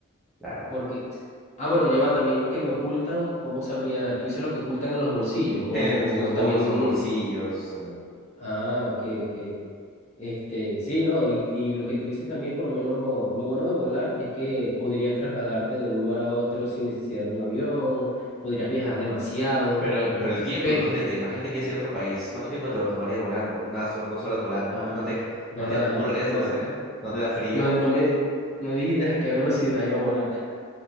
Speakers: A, in the centre; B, on the left.
A: claro.
B: porque, ah, bueno, ya va, también lo que me ocultan, ¿cómo sabría? Tú dices lo que ocultan en los bolsillos, o,
A: En los
B: o
A: bolsos,
B: también, mm,
A: bolsillos, eh,
B: ah, ok, ok. Este, sí, no, y, y lo que tú dices también, por lo menos, lo bueno de volar es que podrías trasladarte de un lugar a otro sin necesidad de un avión, podrías viajar demasiado,
A: Pero, pero el tiempo,
B: pero,
A: imagínate, imagínate que es ir a otro país. ¿Cuánto tiempo te tomaría volando? ¿Unas hor- dos horas volando?
B: ah,
A: ¿No te,
B: ¿verdad?
A: no te aburres,
B: No,
A: no sé?
B: eh,
A: ¿No te da frío?
B: no, no me, no dijiste a qué velocidad iba a volar.